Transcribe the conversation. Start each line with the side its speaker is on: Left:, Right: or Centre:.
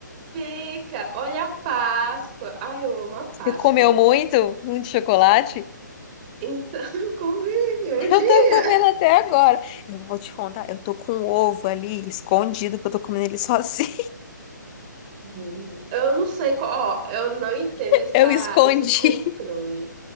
Right: fica. Olha a Páscoa. Ai, eu amo a Páscoa.
Left: Você comeu muito um de chocolate?
Right: Então, <laughs> eu comi um
Left: <laughs>
Right: dia.
Left: Eu tô comendo até agora. Eu vou te contar, eu tô com um ovo ali escondido, que eu tô comendo ele sozinho.
Right: Hum. Eu não sei qual, ó, eu não entendo
Left: <laughs>
Right: essa,
Left: Eu escondi.
Right: esse controle.